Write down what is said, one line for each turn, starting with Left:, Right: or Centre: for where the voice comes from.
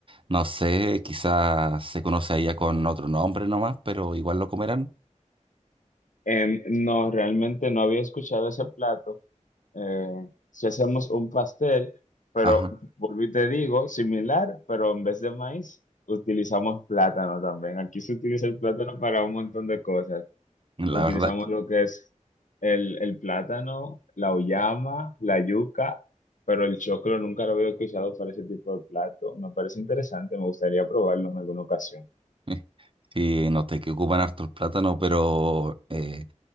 Right: no sé, quizás se conoce allá con otro nombre nomás, pero igual lo comerán.
Left: Em, no, realmente no había escuchado ese plato. eh, si hacemos un pastel, pero
Right: Ajá,
Left: volví y te digo, similar, pero en vez de maíz, utilizamos plátano también. Aquí se utiliza el plátano para un montón de cosas.
Right: la
Left: Utilizamos
Right: verdad.
Left: lo que es el, el plátano, la uyama, la yuca, pero el choclo nunca lo había utilizado para ese tipo de plato. Me parece interesante, me gustaría probarlo en alguna ocasión.
Right: <laughs> Sí, noté que ocupan harto el plátano, pero eh,